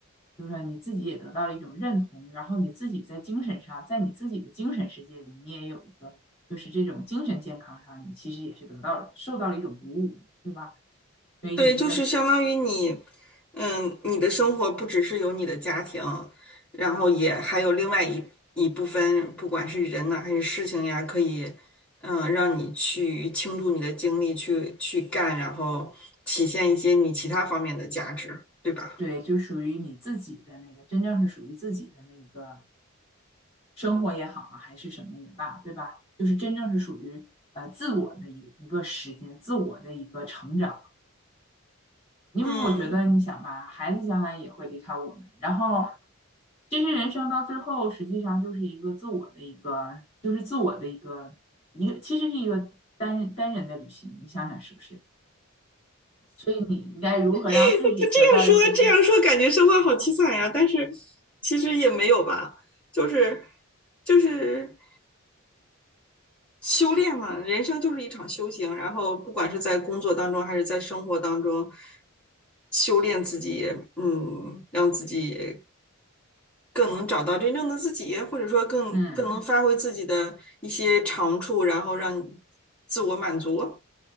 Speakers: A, on the left (about 25°); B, in the centre.
A: 就是说你自己也得到了一种认同，然后你自己在精神上，在你自己的精神世界里，你也有一个，就是这种精神健康上，你其实也是得到了，受到了一种鼓舞，对吧？所以你这个是
B: 对，就是相当于你，嗯，你的生活不只是有你的家庭，然后也还有另外一一部分，不管是人呐、还是事情呀，可以，嗯，让你去倾注你的精力去去干，然后体现一些你其他方面的价值，对吧？
A: 对，就属于你自己的那个，真正是属于自己的那个生活也好啊，还是什么也罢，对吧？就是真正是属于呃自我的一个一个时间，自我的一个成长。因为我觉得，
B: 嗯，
A: 你想吧，孩子将来也会离开我们，然后其实人生到最后，实际上就是一个自我的一个，就是自我的一个一个，其实是一个单单人的旅行。你想想是不是？所以你应该如何让自己得到一种
B: <laughs> 这样说这样说，感觉生活好凄惨呀，但是其实也没有吧，就是就是。修炼嘛，人生就是一场修行，然后不管是在工作当中还是在生活当中，修炼自己，嗯，让自己更能找到真正的自己，或者说更更能发挥自己的一些长处，
A: 嗯。
B: 然后让自我满足。